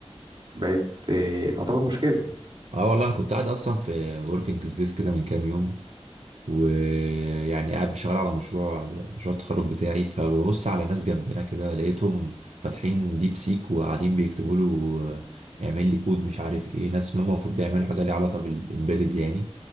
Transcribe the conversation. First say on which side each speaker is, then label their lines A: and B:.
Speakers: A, on the right; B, on the right.
A: بقت آه، تعتبر مشكلة
B: اه والله انا كنت قاعد اصلا في وركينج سبيس كده من كام يوم ويعني قاعد بشتغل على مشروع مشروع التخرج بتاعي فببص على ناس جنبنا كده لقيتهم فاتحين ديب سيك وقاعدين بيكتبوا له آه، يعمل لي كود مش عارف ايه ناس اللي هم المفروض بيعملوا حاجه ليها علاقه بالامبيدد يعني